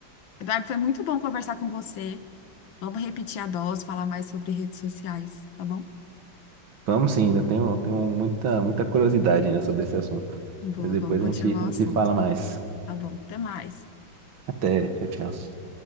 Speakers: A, on the left; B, on the right.
A: Eduardo, foi muito bom conversar com você. Vamos repetir a dose, falar mais sobre redes sociais, tá bom?
B: Vamos sim, ainda tenho, tenho muita, muita curiosidade ainda sobre esse assunto.
A: Boa,
B: Mas depois
A: vamos continuar
B: a gente, a gente
A: o assunto.
B: se fala mais.
A: Tá bom, até mais.
B: Até, tchau, tchau.